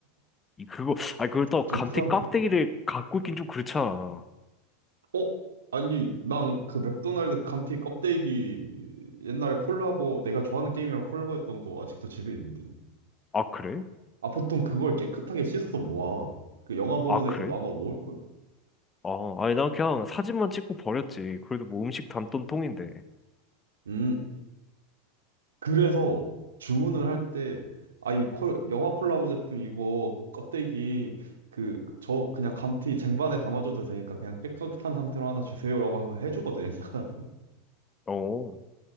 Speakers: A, on the left (about 20°); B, on the right (about 85°).
A: 이, 그거, 아니, 그걸 또
B: 좀
A: 감튀
B: 쿨한데?
A: 깍대기를 갖고 있긴 좀 그렇잖아.
B: 어? 아니 난 그 맥도날드 감튀 껍데기 옛날에 콜라보 내가 좋아하는 게임이랑 콜라보했던 거 아직도 집에 있는데.
A: 아, 그래?
B: 아 보통 그걸 깨끗하게 씻어서 모아. 그 영화 보는
A: 아, 그래?
B: 애들도 아마 모을걸?
A: 아, 아니, 난 그냥 사진만 찍고 버렸지. 그래도 뭐 음식 담던 통인데.
B: 음 그래서 주문을 할 때, 아, 이 콜, 영화 콜라보 제품 이거 껍데기, 그, 저 그냥 감튀 쟁반에 담아줘도 되니까 그냥 깨끗한 상태로 하나 주세요라고 하면 해주거든, 그러니까. <laughs>
A: 어,